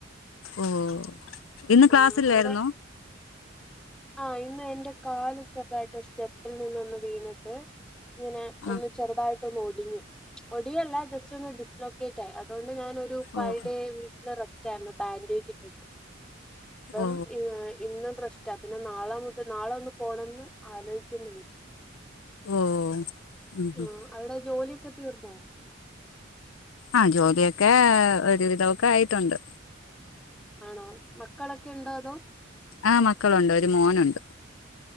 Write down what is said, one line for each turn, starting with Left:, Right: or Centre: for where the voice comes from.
Left: ഓഹ്. ഇന്ന് ക്ലാസ്സില്ലായിരുന്നോ?
Centre: ആഹ് അവിടെ ആഹ് ഇന്ന് എന്റെ കാല് ചെറ്തായിട്ട് സ്റ്റെപ്പിൽ നിന്നൊന്ന് വീണിട്ട്. ഇങ്ങനെ ഒന്ന്
Left: ആ
Centre: ചെറുതായി ട്ടൊന്ന് ഒടിഞ്ഞു. ഒടിയല്ല ജസ്റ്റ് ഒന്ന് ഡിസ് ലൊക്കേറ്റ് ആയി. അതോണ്ട് ഞാനൊരു ഫൈവ്
Left: ഓ
Centre: ഡേ വീ ല് റസ്റ്റായിരുന്നു ബാൻഡേജ് ഇട്ടിട്ട്. അപ്പം
Left: ഓ
Centre: ഏഹ് ഇന്ന് റസ് സ്റ്റാ. പിന്നെ നാളെ മുതൽ നാളെ ഒന്ന് പോണംന്ന് ആലോയിക്കുന്നുണ്ട്.
Left: ഓ ഉം ഉം
Centre: ആഹ് അവിടെ ജോലിയൊക്കെ തീർന്നോ?
Left: ആഹ് ജോലിയൊക്കെ ഒരുവിധമൊക്കെ ആയിട്ടുണ്ട്.
Centre: ആണോ മക്കളൊക്കെ ഇണ്ടോ അതോ
Left: ആഹ്‌ മക്കളുണ്ട് ഒരു മോനുണ്ട്.